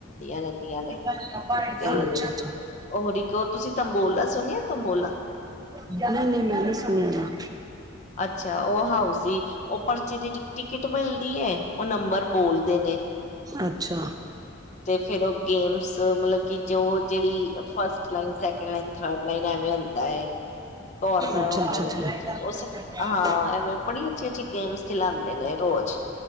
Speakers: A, on the left (about 35°); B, on the right (about 20°).
A: ਰਹਿੰਦੀਆਂ ਨੇ
B: ਅੱਛਾ-ਅੱਛਾ,
A: ਤੇ ਹੋਰ ਇੱਕ ਤੁਸੀਂ ਤੰਬੋਲਾ ਸੁਣਿਆ ਤੰਬੋਲਾ
B: ਨਹੀਂ ਨਹੀਂ ਮੈਂ ਨਹੀਂ ਸੁਣਿਆ।
A: ਅੱਛਾ ਉਹ ਹਾਊ ਸੀ ਉਹ ਪਰਚੀ ਦੀ ਟ ਟਿਕਟ ਮਿਲਦੀ ਹੈ, ਉਹ ਨੰਬਰ ਬੋਲਦੇ ਨੇ
B: ਅੱਛਾ,
A: ਤੇ ਫੇਰ ਉਹ ਗੇਮਸ ਮਤਲਬ ਕੀ ਜੋ ਜਿਹੜੀ first line second line third line ਐਵੇਂ ਹੁੰਦਾ ਹੈ, ਕੋਰਨਰ
B: ਅੱਛਾ-ਅੱਛਾ-ਅੱਛਾ,
A: ਹੁੰਦੇ ਨੇ
B: ਅੱਛਾ।
A: ਮਤਲਬ ਕੀ ਉਹ ਸਭ ਹਾਂ ਐਵੇਂ ਬੜੀ ਅੱਛੀ-ਅੱਛੀ ਗੇਮਸ ਖਿਲਾਂਦੇ ਨੇ ਰੋਜ਼